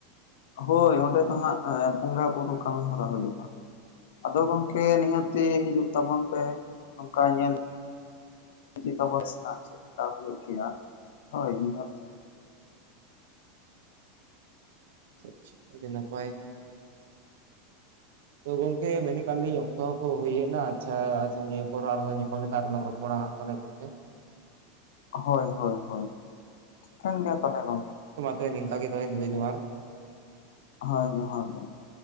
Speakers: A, on the left; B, on the right.
A: ᱦᱳᱭ ᱚᱸᱰᱮ ᱫᱚ ᱦᱟᱸᱜ ᱵᱚᱸᱜᱟ ᱵᱩᱨᱩ ᱠᱟᱹᱢᱤ ᱦᱚᱨᱟ ᱦᱩᱭᱩᱜᱼᱟ ᱾ ᱟᱫᱚ ᱜᱚᱝᱠᱮ ᱱᱤᱦᱟᱹᱛᱤ ᱦᱤᱡᱩᱜ ᱛᱟᱵᱚᱱ ᱯᱮ ᱱᱚᱝᱠᱟ ᱧᱮᱞ ᱾ <unintelligible> ᱪᱮᱫ ᱞᱮᱠᱟ ᱦᱩᱭᱩᱜ ᱜᱮᱭᱟ ᱦᱳᱭ ᱱᱤᱦᱟᱛ
B: <inaudible> ᱪᱮᱜ ᱪᱮᱜ ᱟᱹᱰᱤ ᱱᱟᱯᱟᱭ ᱛᱚ ᱜᱚᱝᱠᱮ ᱢᱮᱱ ᱠᱟᱱᱞᱤᱧ ᱚᱠᱛᱚ ᱦᱚᱸᱠᱚ ᱦᱩᱭ ᱱᱟ ᱟᱪᱪᱷᱟ, ᱟᱪᱪᱷᱟ ᱱᱤᱭᱟᱹ ᱯᱚᱨ ᱟᱨ ᱦᱚᱸ ᱞᱟᱝ ᱧᱟᱯᱟᱢ ᱨᱚᱯᱚ ᱠᱚᱲᱟ ᱟᱜ ᱛᱟᱞᱮ ᱜᱚᱢᱠᱮ ᱾
A: ᱦᱳᱭ ᱦᱳᱭ ᱦᱳᱭ ᱴᱷᱤᱠᱟᱹᱱ ᱜᱮᱭᱟ ᱛᱟᱦᱚᱞᱮ ᱜᱚᱢᱠᱮ ᱾
B: ᱦᱳᱭ ᱱᱤᱝᱠᱟ ᱜᱮ ᱛᱚᱵᱮ ᱧᱤᱫᱟᱹ ᱡᱚᱦᱟᱨ ᱾
A: ᱦᱳᱭ ᱡᱚᱦᱟᱨ ᱜᱮ ᱾